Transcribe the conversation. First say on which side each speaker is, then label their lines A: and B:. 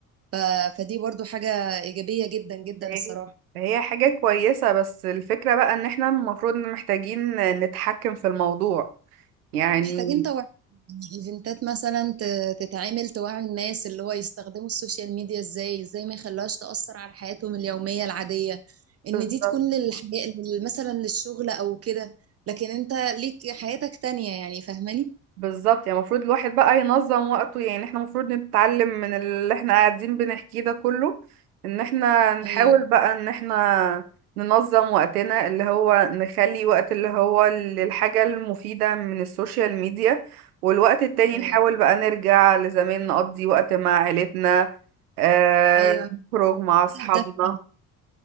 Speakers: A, on the right; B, on the right.
A: ف... فدي برضو حاجة إيجابية جدا جدا
B: هي
A: الصراحة
B: هي حاجة كويسة بس الفكرة بقى ان احنا المفروض محتاجين نتحكم في الموضوع يعني
A: محتاجين توعي إيفنتات مثلا ت- تتعمل توعي الناس اللي هو يستخدموا السوشيال ميديا إزاي إزاي ما يخلوهاش تأثر على حياتهم اليومية العادية إن
B: بالظبط
A: دي تكون للحياة لل- مثلا للشغل أو كده لكن أنت ليك حياتك تانية يعني فاهماني؟
B: بالظبط يعني المفروض الواحد بقى ينظم وقته يعني احنا المفروض نتعلم من اللي احنا قاعدين بنحكيه ده كله ان احنا نحاول
A: أيوه
B: بقى ان احنا ننظم وقتنا اللي هو نخلي وقت اللي هو للحاجة المفيدة من السوشيال ميديا والوقت التاني
A: أيوه
B: نحاول بقى نرجع لزمان نقضي وقت مع عيلتنا آه،
A: ايوه
B: نخرج مع اصحابنا
A: ده فعلا.